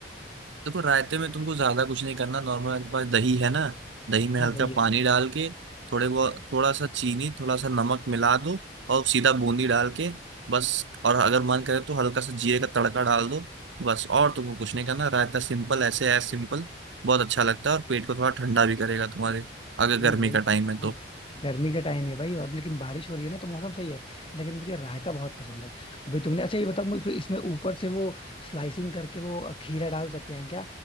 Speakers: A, on the right; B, on the left.
A: देखो रायते में तुमको ज्यादा कुछ नहीं करना नॉर्मल आपके पास दही है ना दही में
B: हाँ
A: हल्का
B: भाई है
A: पानी डाल के थोड़े
B: ठीक
A: बहुत
B: है
A: थोड़ा सा चीनी थोड़ा सा नमक मिला दो और सीधा बूंदी डाल के बस और अगर मन करे तो हल्का सा जीरे का तड़का डाल दो बस और तुमको कुछ नहीं करना रायता सिंपल ऐसे है सिंपल बहुत अच्छा लगता है और पेट को थोड़ा ठंडा भी करेगा तुम्हारे अगर
B: यही
A: गर्मी
B: वही
A: का
B: चीज
A: टाइम
B: है
A: है तो
B: ना गर्मी का टाइम है भाई और लेकिन बारिश हो रही है ना तो मौसम सही है लेकिन मुझे रायता बहुत पसंद है अभी तुमने अच्छा ये बताओ मुझे इसमें ऊपर से वो स्लाइसिंग करके वो खीरा डाल सकते हैं क्या